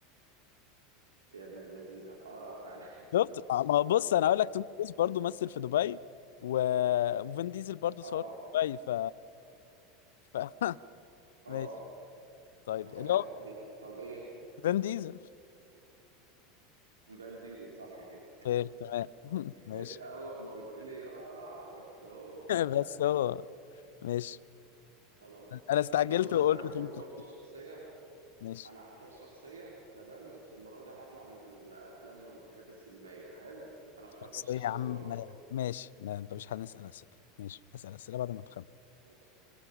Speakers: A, on the right; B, on the left.
A: يا ابن الذين اقرع فعلا
B: شفت ما هو بص انا هقول لك توم كروز برضه مثل في دبي و... وفين ديزل برضه
A: <laughs>
B: صور
A: اه
B: في دبي ف, ف... <laughs>
A: اه
B: ماشي طيب
A: <laughs>
B: اللي هو
A: طيب طب ايه
B: فين ديزل
A: فان ديزل صح كده
B: طيب تمام <laughs> ماشي
A: انت اول ما قلت لي اقرع قلت هو
B: <laughs>
A: فعلا
B: بس
A: فان
B: هو
A: ديزل
B: ماشي
A: خلاص
B: انا استعجلت
A: بص
B: وقلت
A: انا هختار
B: توم
A: برضو
B: كروز
A: شخصيه
B: ماشي
A: انا هختار شخصيه تمام بس المره دي هطلع من الافلام والحاجات السينمائيه حلو انا اخترت
B: شخصية
A: الشخصيه
B: يا عم
A: خلاص
B: ماشي ما انت مش هنسأل اسئله ماشي هسأل اسئله بعد ما تخمن
A: ماشي.